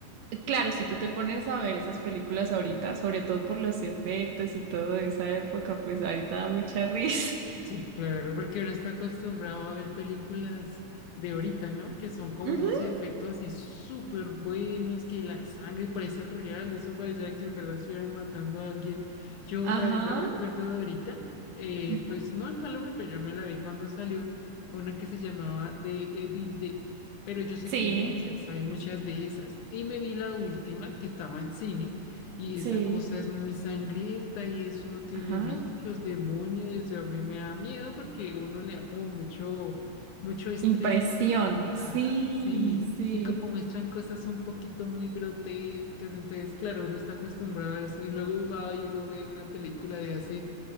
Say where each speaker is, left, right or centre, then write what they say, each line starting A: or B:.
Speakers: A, on the right; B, on the left.
A: Claro, si tú te pones a ver esas películas ahorita, sobre todo por los efectos y todo de esa época, pues ahorita da mucha <laughs> risa.
B: Sí, claro, porque uno está acostumbrado a ver películas de ahorita, ¿no? Que son como
A: Ujú,
B: unos efectos así súper buenos, que la sangre parece real, eso parecía que en verdad estuvieran matando a alguien. Yo
A: Ajá.
B: la verdad me acuerdo de ahorita, eh,
A: ujú.
B: pues no en Halloween, pero yo me la vi cuando salió una que se llamaba The Evil Dead, pero yo sé
A: Sí,
B: que hay muchas, hay muchas de esas. Y me vi la última que estaba en cine y
A: sí.
B: esa cosa es muy sangrienta y eso tiene
A: Ajá.
B: bichos, demonios, eso a mí me da miedo porque uno le da como mucho, mucho estrés.
A: Impresión. Sí,
B: Ajá, sí,
A: sí.
B: y como muestran cosas un poquito muy grotescas, entonces claro, uno está acostumbrado a eso y luego va y uno ve una película de hace